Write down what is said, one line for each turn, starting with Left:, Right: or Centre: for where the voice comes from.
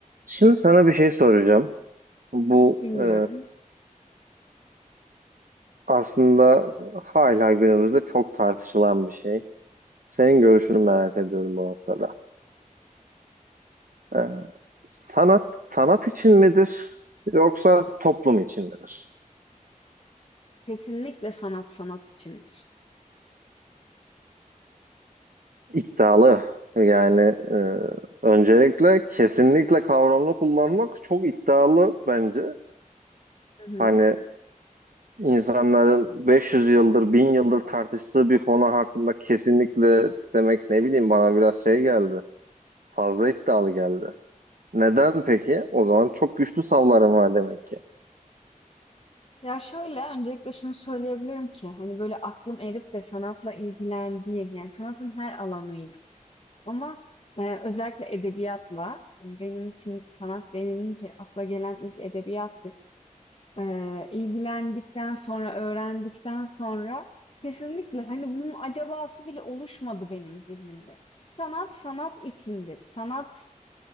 Right: Şimdi sana bir şey soracağım. Bu
Left: Bilmiyorum.
Right: e, aslında hala günümüzde çok tartışılan bir şey. Senin görüşünü merak ediyorum bu noktada. E, sanat sanat için midir yoksa toplum için midir?
Left: Kesinlikle sanat, sanat içindir.
Right: İddialı. Yani e, öncelikle kesinlikle kavramını kullanmak çok iddialı bence.
Left: Hı hı.
Right: Hani insanların 500 yıldır, 1000 yıldır tartıştığı bir konu hakkında kesinlikle demek ne bileyim bana biraz şey geldi Fazla iddialı geldi. Neden peki? O zaman çok güçlü savlarım var demek ki.
Left: Ya şöyle, öncelikle şunu söyleyebilirim ki hani böyle aklım erip de sanatla ilgilendiğim, yani sanatın her alanıyla ama e, özellikle edebiyatla, yani benim için sanat denilince akla gelen ilk edebiyattır. Ee, ilgilendikten sonra, öğrendikten sonra kesinlikle hani bunun acabası bile oluşmadı benim zihnimde. Sanat sanat içindir. Sanat